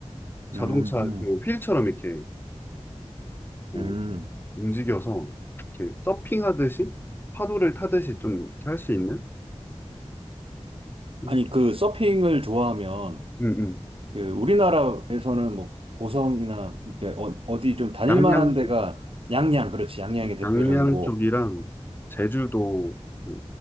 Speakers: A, on the left (about 20°); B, on the right (about 55°).
A: 자동차
B: 음,
A: 그 휠처럼 이렇게 뭐
B: 음.
A: 움직여서 이렇게 서핑하듯이 파도를 타듯이 좀 할 수 있는? 응
B: 아니, 그 서핑을 좋아하면,
A: 응 응.
B: 그 우리나라에서는 뭐 고성이나 이렇게 어, 어디 좀 다닐만한
A: 양양
B: 데가 양양, 그렇지. 양양이 대표적이고.
A: 양양 쪽이랑 제주도 그